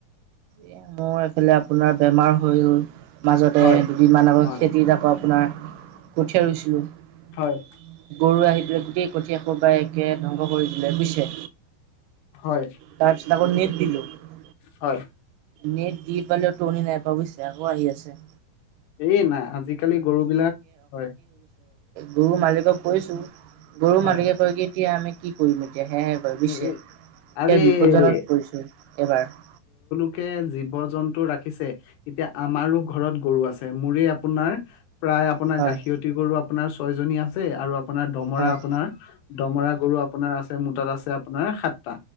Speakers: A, on the right; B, on the left.
A: এহ মোৰ এইফালে আপোনাৰ বেমাৰ হৈ গ'ল মাজতে
B: হয়
A: দুদিনমান আগত
B: হয়
A: খেতি আাকৌ আপোনাৰ কঠিয়া ৰুইছিলোঁ
B: হয়
A: গৰু আহি পেলা গোটেই কঠিয়াসোপা একে ধ্বংস কৰি দিলে বুইছে
B: হয়
A: তাৰপিছত আকৌ নিট <unintelligible>
B: হয়।
A: নেট দি পালেও টোৰনি নাই পোৱা বুজিছে আকৌ আহি আছে
B: এই নাই আজিকালি গৰু বিলাক হয়
A: গুৰু মালিকক কৈছো গৰু
B: হয়
A: মালিকে কয়, এতিয়া আমি কি কৰিব এতিয়া সেয়হে কয় বুজিছে,
B: এই আৰে
A: এইয়া বিপদজনক পৰিছো এইবাৰ।
B: এহ‌ জীৱ- জন্তু ৰাখিছে এতিয়া আমাৰো ঘৰত গৰু আছে মোৰে আপোনাৰ প্ৰায় আপোনাৰ
A: হয়,
B: গাখিয়তি গৰু আপোনাৰ ছয় জনী আছে আৰু আপোনাৰ দমৰা
A: হয়,
B: আপোনাৰ দমৰা গৰু আপোনাৰ আছে মু তাত আছে আপোনাৰ সাতটা।